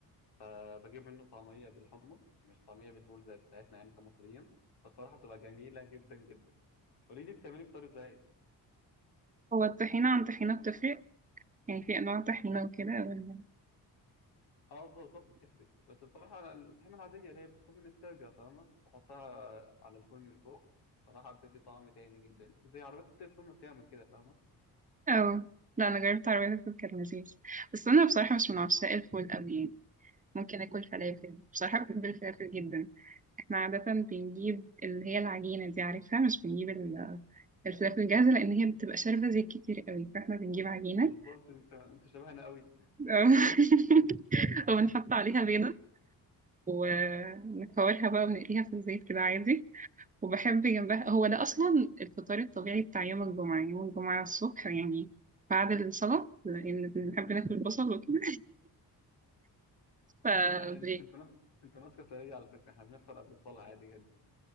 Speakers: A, on the left (about 85°); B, on the right (about 20°).
A: فبجيب منه طعميه بالحمص مش طعميه بالفول زي بتاعتنا يعني كمصريين فالصراحه بتبقى جميله جدا جدا قولي لي بتعملي فطار ازاي
B: هو الطحينة عن طحينة بتفرق؟ يعني في انواع طحينة وكده ولا
A: اه بالظبط بتفرق بس بصراحة أنا الطحينة العادية اللي هي بتكون من السرجة فاهمة بحطها على الفول من فوق صراحة بتدي طعم تاني جدا زي عربية الفول ما بتعمل كده فاهمة
B: اه لا انا جربت عربية الفول كان لذيذ بس انا بصراحة مش من عشاق الفول قوي يعني ممكن اكل فلافل بصراحة بحب الفلافل جدا احنا عادة بنجيب اللي هي العجينة دي عارفها مش بنجيب ال- الفلافل الجاهزة لأن هي بتبقى شاربة زيت كتير قوي فاحنا بنجيب عجينة
A: بالظبط انت انت شبهنا قوي
B: <laughs> وبنحط عليها بيضة ونكورها بقى ونقليها في الزيت كده عادي وبحب جنبها هو ده أصلا الفطار الطبيعي بتاع يوم الجمعة يوم الجمعة الصبح يعني بعد الصلاة لأن بنحب ناكل بصل وكده <laughs>
A: ما انت
B: ف
A: انت ماس- انت ماسكة سرية على فكرة احنا بنفطر قبل الصلاة عادي جدا